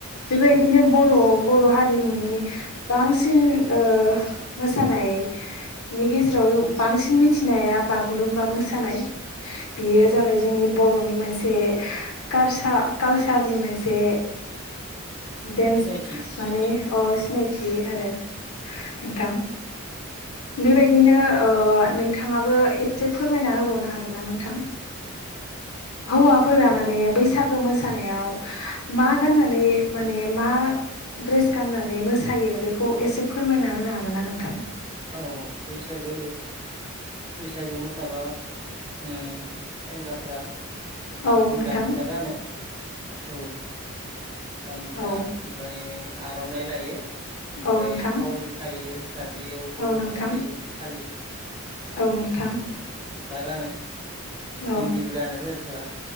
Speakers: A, on the left; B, on the right.
A: बेबायदिनो
B: औ
A: बर' बर' हारिमुनि बांसिन ओ मोसानायनि गेजेराव बांसिन मिथिनाया बागुरुमबा मोसानाय, बेयो
B: औ
A: जाबाय जोंनि बर' बर'नि मोनसे कारसा कालसारनि मोनसे डेन्स
B: सिनायथि
A: मानि अ सिनायथि
B: उम
A: आरो नोंथां। बेबायदिनो
B: उम
A: ओ नोंथाङाबो एसे फोरमायना होबावनो हा गोनना नोंथां? हौवाफोरा
B: औ
A: माने बैसागो मोसानायाव मा गाननानै माने मा ड्रेस गाननानै मोसायो बेखौ एसे फोरमायना होनो हागोन ना नोंथां?
B: औ बैसागो बैसागो मोसाबा ओ सेंग्राफोरा
A: औ
B: बांसिन
A: नोंथां
B: गामसा गानो, औ गामसा
A: औ
B: ओमफ्राय आर'नाइ लायो, ओमफ्राय
A: औ नोंथां
B: फावरि खायो, जानजियावबो
A: औ नोंथां
B: माबा खायो फालि
A: औ नोंथां
B: लागानो
A: औ
B: गिन्दिबो गानो सोरबा सोरबा